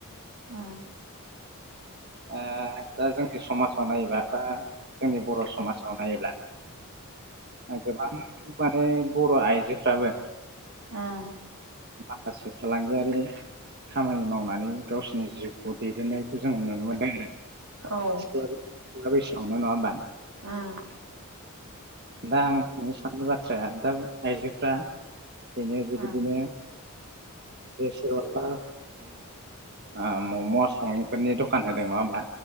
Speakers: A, on the right; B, on the right.
A: ओम
B: ओ दा जों समाजाव नायबा बा जोंनि बर समाजाव नायोब्ला ओ गोबां माने बर'
A: <unintelligible>
B: आइजोफ्राबो
A: ओम
B: माखासे फालांगियारि खामानि मावनानै गावसिनि जिउखौ खौ दैदेननायखौ जों नुनो मोनदों
A: औ उम
B: आरो <unintelligible> ना नंङा होमबा
A: उम
B: <unintelligible> दां थांनोबा थ्राया दा आइजोफ्रा बिनो बेबायदिनो
A: औ
B: सोरहाबा आ मम सावमिनफोरनि दखान होदों नङा होमबा